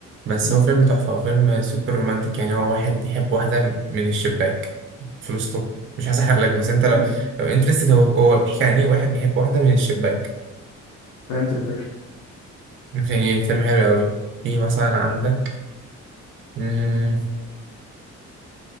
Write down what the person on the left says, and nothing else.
مم.
مم.
فهمت الفكرة